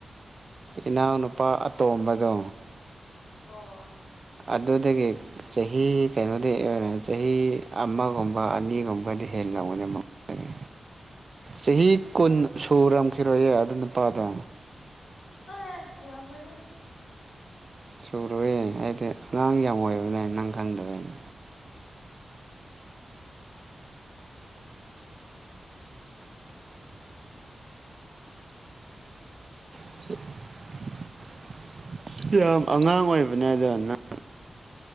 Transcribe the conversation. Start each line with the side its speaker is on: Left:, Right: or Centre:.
Right: ꯏꯅꯥꯎ ꯅꯨꯄꯥ ꯑꯇꯣꯝꯕꯗꯣ
Left: ꯑꯣ
Right: ꯑꯗꯨꯗꯒꯤ ꯆꯍꯤ ꯀꯩꯅꯣꯗꯤ ꯆꯍꯤ ꯑꯃꯒꯨꯝꯕ ꯑꯅꯤꯒꯨꯝꯕꯗꯤ ꯍꯦꯟꯔꯝꯒꯅꯤ ꯃꯉꯣꯟꯗꯒꯤ ꯆꯍꯤ
Left: ꯅꯅꯥꯎ
Right: ꯀꯨꯟ ꯁꯨꯨꯔꯝꯈꯤꯔꯣꯏꯌꯦ ꯑꯗꯨ ꯅꯨꯄꯥꯥꯗꯣ
Left: ꯑꯦ ꯁꯨꯔꯝꯃꯅꯤ
Right: ꯁꯨꯔꯣꯏꯌꯦ ꯍꯥꯏꯗꯤ ꯑꯉꯥꯡ ꯌꯥꯝ ꯑꯣꯏꯕꯅꯦ ꯅꯪ ꯈꯪꯗꯕꯩꯅꯦ <inaudible> ꯌꯥꯝ ꯑꯉꯥꯡ ꯑꯣꯏꯕꯅꯦ ꯑꯗ ꯅꯪ